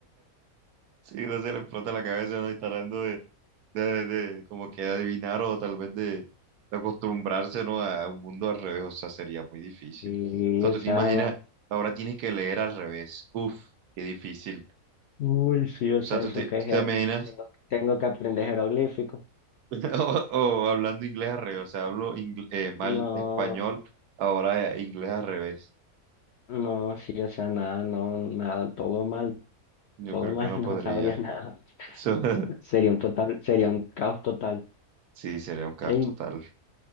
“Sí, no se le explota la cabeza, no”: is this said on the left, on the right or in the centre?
Right